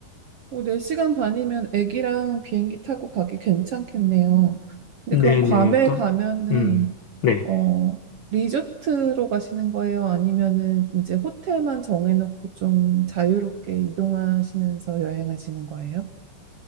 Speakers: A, on the right (about 60°); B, on the left (about 85°).
A: 오, 4시간 반이면 애기랑 비행기 타고 가기 괜찮겠네요. 근데
B: 네네,
A: 그럼 괌에
B: 또,
A: 가면은
B: 음, 네.
A: 어, 리조트로 가시는 거예요? 아니면은 이제 호텔만 정해놓고 좀 자유롭게 이동하시면서 여행하시는 거예요?